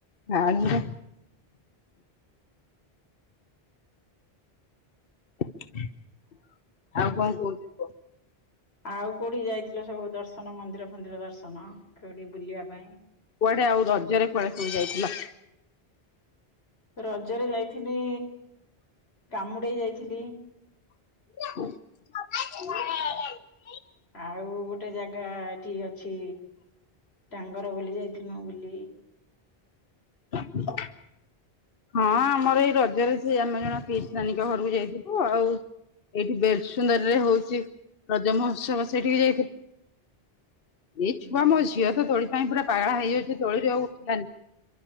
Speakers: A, on the left (about 65°); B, on the left (about 85°).
A: ଆଉ ର ଆଉ କଣ କହୁଛୁ? କୁହ?
B: ଆଉ କୋଉଠିକି ଯାଇଥିଲ ସବୁ ଦର୍ଶନ ମନ୍ଦିର ଫନ୍ଦିର ଦର୍ଶନ, କୋଉଠି ବୁଲିବା ପାଇଁ?
A: କୁଆଡେ ଆଉ ରଜରେ କୁଆଡେ ସବୁ ଯାଇଥିଲ?
B: ହ ରଜରେ ଯାଇଥିନି କାମୁଡେଇ ଯାଇଥିଲି।
A: <inaudible>
B: ଆଉ ଗୋଟେ ଜାଗା ଏଠି ଅ ଛି ଟାଙ୍ଗର ବୋଲି ଯାଇଥିନୁ ବୁଲି।
A: <inaudible> ହଁ ଆମର ଏଇ ରଜରେ ସିଏ ଆମେ ଜଣ ପିଇସି ନାନୀଙ୍କ ଘରକୁ ଯାଇଥିଲୁ। ଆଉ ଏଇଠି ବେର ସୁନ୍ଦରରେ ହଉଚି ରଜ ମହୋତ୍ସବ ସେଠିକି ଯାଇଥିଲୁ। ଏଇ
B: ହୁଁ
A: ଛୁଆ ମୋ ଝିଅ ତ ଦୋଳି ପାଇଁ ପୁରା ପାଗଳା ହେଇଯାଉଛି। ଦୋଳିରେ ଆଉ ଉଠିଲାନି।